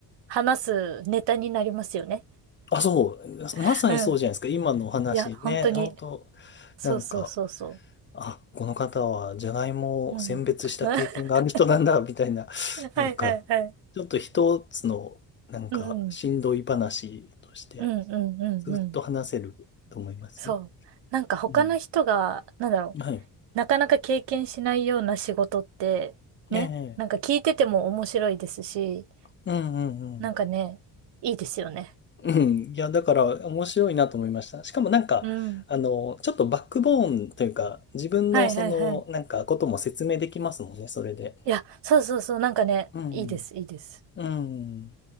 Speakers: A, on the right; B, on the left.
A: 話すネタになりますよね。
B: あ、そう。
A: <laughs>
B: まさにそうじゃないですか。
A: うん。
B: 今のお話ね。
A: いや、本当に。
B: 本当
A: そうそうそうそ
B: なんか、あ、この方はじゃがいもを選別した経験がある人なんだ、
A: う。うん。<laughs>
B: みたいな、なんか、
A: はいはいはい。
B: ちょっと一つの、なんか、
A: うん。
B: しんどい話として、
A: うんうんうんうん。
B: ずっと話せると思いますよ。
A: そう。なんか他の人が、
B: うん。
A: なんだろう。
B: はい。
A: なかなか経験しないような仕事って、ね。
B: ええ。
A: なんか聞いてても面白いですし、
B: うんうんうん。
A: なんかね、いいですよね。
B: うん。いや、だから、面白いなと思いました。しかもなんか、
A: うん。
B: あの、ちょっとバックボーンというか、自分のその、
A: はいはいはい。
B: なんか、ことも説明できますもんね、それで。
A: いや、そうそうそう。なんかね、
B: うん。
A: いいです、いいです。
B: うん。